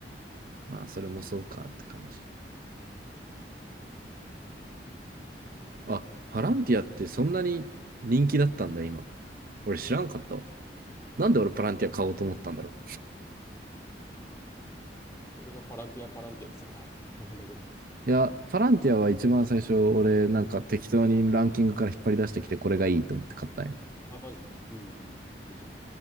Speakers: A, on the right; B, on the left.
A: まあそれもそうかって感じ。あ、パランティアってそんなに人気だったんだ今。俺知らんかったわ。なんで俺パランティア買おうと思ったんだろう。
B: 俺がパランティア、パランティアやってたから <laughs> わかんないけど。
A: いや、パランティアは一番最初、俺なんか適当にランキングから引っ張り出してきて、これがいいと思って買ったんよ。
B: あ、マジで。うん。いいじゃん。